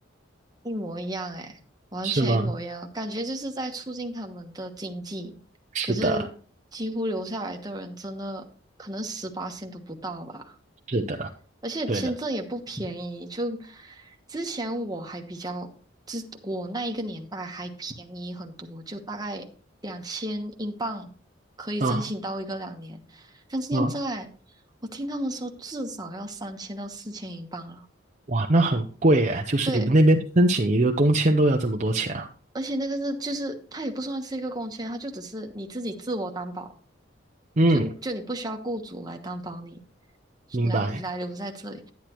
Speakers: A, on the right (about 20°); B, on the right (about 40°).
A: 一模一样哎，完全一模一样，
B: 是吗？
A: 感觉就是在促进他们的经济。
B: 是的，
A: 可是几乎留下来的人真的可能十八线都不到吧，
B: 是的，
A: 而且签证也不便宜。
B: 对的，
A: 就之前我还比较，之我那一个年代还便宜很多，就大概两千英镑可以申请到一个两年，
B: 啊
A: 但现在我听他们说至少要三千到四千英镑了。
B: 啊，哇，那很贵诶，就是你们那边申请一个工签都要这么多钱啊？
A: 对，而且那个是就是它也不算是一个公签，它就只是你自己自我担保，
B: 嗯，
A: 就就你不需要雇主来担保你
B: 明白。
A: 来来留在这里。